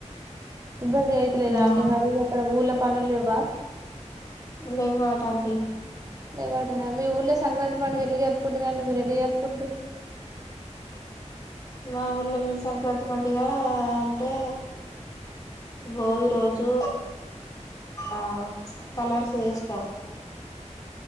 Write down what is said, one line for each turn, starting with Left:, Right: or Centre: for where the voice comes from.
Right: ఇబ్బంది అయితలేదా
Left: ఆ
Right: అండి మరి అక్కడ ఊళ పనులేవా
Left: లెవ్వు ఆట అండి
Right: లేవ్ వాటినా మీ ఊర్లో సంక్రాంతి పండుగ ఎలా జరుపుకుంటుారండి మీరు ఎట్ల జరుపుకుంట్రూ
Left: మా ఊర్లో మే సంక్రాంతి పండుగ అంటే భోగీ రోజు ఆ కలార్సు వేస్తాం